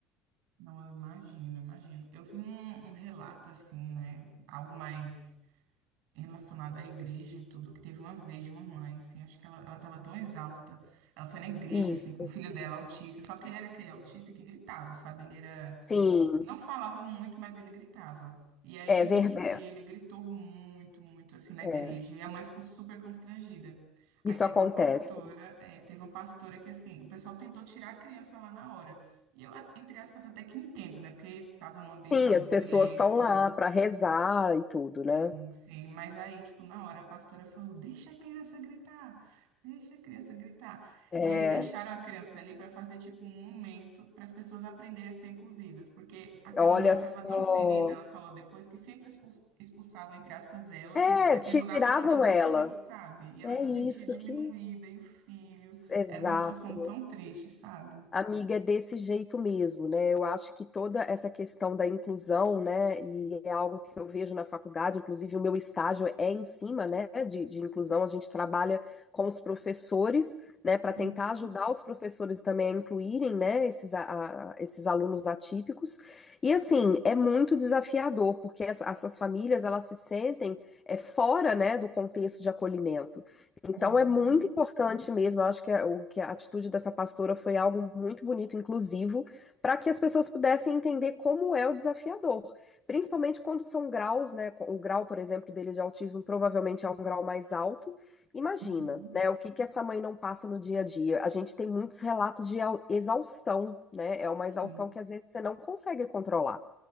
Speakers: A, on the right; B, on the left.
A: Não, eu imagino, imagino. Eu vi um, um relato assim, né? Algo mais relacionado à igreja e tudo, que teve uma vez de uma mãe, assim, acho que ela, ela tava tão exausta. Ela foi na igreja,
B: Isso,
A: assim, com o filho dela, autista, só que ele era aquele autista que gritava, sabe? Ele era.
B: sim,
A: Não falava muito, mas ele gritava. E aí,
B: é verdade.
A: nesse dia, ele gritou muito, muito, assim, na
B: É,
A: igreja. E a mãe ficou super constrangida. Aí
B: isso
A: teve
B: acontece.
A: uma pastora, eh, teve uma pastora que, assim, o pessoal tentou tirar a criança lá na hora. E eu, a- entre aspas, até que entendo, né? Porque tava num ambiente,
B: Sim,
A: assim,
B: as
A: de
B: pessoas
A: silêncio.
B: estão lá para rezar e tudo,
A: Hum,
B: né?
A: sim, mas aí, tipo, na hora a pastora falou: deixa a criança gritar, deixa a criança gritar.
B: É,
A: E aí deixaram a criança ali para fazer, tipo, um momento para as pessoas aprenderem a ser inclusivas, porque aquela
B: olha
A: mãe estava
B: só.
A: tão ferida, ela falou depois, que sempre expuls- expulsavam, entre aspas, ela
B: É,
A: daquele
B: tiravam
A: lugar por conta daquilo,
B: ela.
A: sabe? E ela
B: É
A: se
B: isso
A: sentia diminuída,
B: que.
A: e o filho.
B: Exato.
A: Era uma situação tão triste, sabe?
B: Amiga, é desse jeito mesmo, né? Eu acho que toda essa questão da inclusão, né? E é algo que eu vejo na faculdade, inclusive o meu estágio é em cima, né? De, de inclusão. A gente trabalha com os professores, né? Para
A: Uhum,
B: tentar ajudar os professores também a incluírem, né? Esses, a- a- esses alunos atípicos. E assim, é muito desafiador, porque essa- essas famílias, elas se sentem é, fora, né? Do contexto de acolhimento. Então
A: uhum,
B: é muito importante mesmo, eu acho que a, o, que a atitude dessa pastora foi algo muito bonito, inclusivo, para que as pessoas pudessem entender como é o desafiador, principalmente quando são graus, né? co- O grau, por exemplo, dele de autismo provavelmente é um grau mais alto. Imagina,
A: uhum.
B: né? O que que essa mãe não passa no dia a dia? A gente tem muitos relatos de au- exaustão, né? É uma
A: Sim.
B: exaustão que às vezes você não consegue controlar.